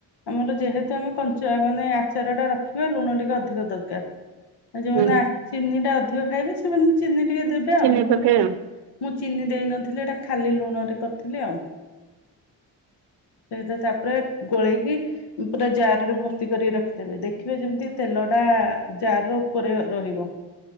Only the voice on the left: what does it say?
ଆମର ଯେହେତୁ ଆମେ କଞ୍ଚ ମାନେ ଆଚାର ଟା ରଖିବା ଲୁଣ ଟିକେ ଅଧିକ ଦରକାର। ଆଉ ଯୋଉମାନେ
ଚିନି ଟା ଅଧିକ ଖାଇବେ ସେମାନେ ଚିନି ଟିକେ ଦେବେ
ଆଉ ମୁଁ
କେତୁ
ମୁଁ ଚିନି ଦେଇନଥିଲି ଏଇଟା ଖାଲି ଲୁଣରେ କରିଥିଲି ଆଉ। ସେଇଟା ତାପରେ ଗୋଳେଇକି। ପୁରା ଜାର ରେ ଭର୍ତି କରି ରଖିଦେବେ ଦେଖିବେ ଯେମିତି ତେଲ ଟା। ଜାର ର ଉପରେ ରହିବ